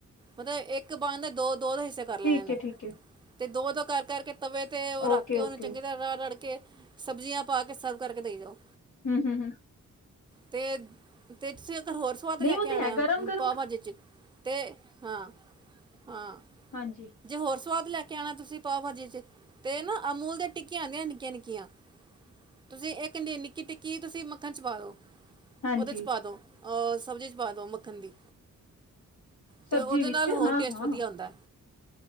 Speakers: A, on the right; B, on the left.
A: ਮਤਲਬ ਇੱਕ ਬਦ ਦਾ ਦੋ ਦੋ ਦੇ ਹਿੱਸੇ ਕਰ ਲੈਣੇ
B: ਠੀਕ
A: ਨੇ
B: ਏ-ਠੀਕ ਏ,
A: ਤੇ ਦੋ ਦੋ ਕਰ ਕਰਕੇ ਤਵੇ 'ਤੇ ਉਹ ਰੱਖ
B: ਓਕੇ-ਓਕੇ,
A: ਕੇ ਉਹਨੂੰ ਚੰਗੀ ਤਰ੍ਹਾਂ ਰੜ ਕੇ ਸਬਜ਼ੀਆਂ ਪਾ ਕੇ ਸਰਵ ਕਰਕੇ ਦੇਈ ਜਾਓ
B: ਹਮ ਹਮ ਹਮ
A: ਤੇ ਤੇ ਤੁਸੀਂ ਹੋਰ ਸਵਾਦ
B: ਨਹੀਂ
A: ਲੈ
B: ਉਹ
A: ਕੇ
B: ਤੇ
A: ਆਉਣਾ
B: ਹੈ ਗਰਮ-ਗਰਮ
A: ਪਾਓ ਭਾਜੀ ਚ ਅਤੇ ਹਾਂ ਹਾਂ
B: ਹਾਂਜੀ
A: ਜੇ ਹੋਰ ਸਵਾਦ ਲੈ ਕੇ ਆਉਣਾ ਤੁਸੀਂ ਪਾਓ ਭਾਜੀ ਚ ਤੇ ਨਾ ਅਮੂਲ ਦੀਆਂ ਟਿੱਕੀਆਂ ਆਂਦੀਆਂ ਨਿੱਕੀਆਂ ਨਿੱਕੀਆਂ। ਤੁਸੀਂ ਇੱਕ ਨਿੱਕੀ ਟਿੱਕੀ ਤੁਸੀਂ ਮੱਖਣ ਚ ਪਾ ਦੋ।
B: ਹਾਂਜੀ-ਹਾਂਜੀ,
A: ਉਹਦੇ ਚ ਪਾ ਦੋ ਅਅਜ਼ ਸਬਜ਼ੀ ਚ ਪਾ ਦਓ ਮੱਖਣ ਦੀ ਤੇ
B: ਸਬਜ਼ੀ
A: ਉਹਦੇ
B: ਵਿੱਚ
A: ਨਾਲ ਹੋਰ
B: ਹਾਂ-ਹਾਂ
A: ਟੇਸਟ ਵਧੀਆ ਆਉਂਦਾ।